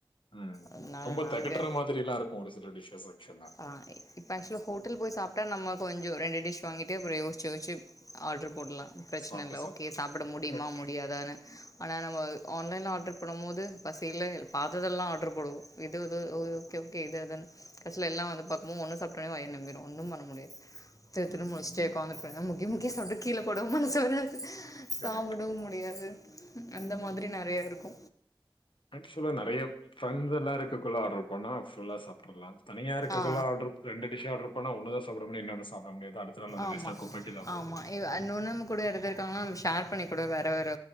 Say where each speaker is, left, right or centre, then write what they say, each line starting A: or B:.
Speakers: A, on the left; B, on the left.
A: ம்
B: அதனால
A: ரொம்ப
B: நாங்க
A: தெகட்டுற மாதிரி எல்லா இருக்கு ஒரு சில டிஷ்சஸ் ஆக்ச்வலா
B: ஆ இப்போ ஆக்ச்வல ஹோட்டல் போய் சாப்ட்டா நம்ம கொஞ்சு ரெண்டு டிஷ் வாங்கிட்டு அப்ற யோஸ்ச்சு யோஸ்ச்சு ஆட்ரு போட்லா ப்ரெச்ன
A: சாப்பிட்டு
B: இல்ல
A: சாப்பிட்டு.
B: ஓகே சாப்பட முடியுமா
A: கரெக்ட்.
B: முடியாதானு ஆனா நம்ம ஆன்லைன்ல ஆட்ரு பண்ணுமோது பசியில பாத்ததெல்லா ஆட்ரு போடுவோ இது எதோ ஓ ஓகே ஓகே இது அதுன்னு கட்சில எல்லா வந்து பாக்குமோ ஒன்னு சாப்ட்டோனே வயிறு நெம்பிரு ஒன்னும் பண்ண முடியாத் தெ திரும்
A: ம்.
B: <unintelligible> சேர் உக்காந்துட்டு முக்கி முக்கி சாப்ட்டு கீழ போடவு மனசு வராது சாப்பிடவு
A: கரெக்ட்.
B: முடியாது அந்த மாதிரி நெறைய இருக்கு
A: ஆக்சுவலா நெறைய ஃப்ரெண்ஸெல்லா இருக்கக்குள்ள ஆட்ரு பண்ணா ஃபுல்லா சாப்ட்றலா தனியா இருக்கக்குள்ள
B: ஆ
A: ஆட்ரு ரெண்டு டிஷ் ஆட்ரு பண்ணா ஒன்னுதா சாப்பிட முடியு இன்னொன்னு சாப்பிட முடியாது அடுத்த நாள் அது
B: ஆமா.
A: வேஸ்டா குப்பைக்குதா போகும்
B: ஆமா. இ அன் இன்னொன் நம் கூட யாராது இருதுக்காங்கனா நம்ம ஷேர் பண்ணி கூட வேற வேற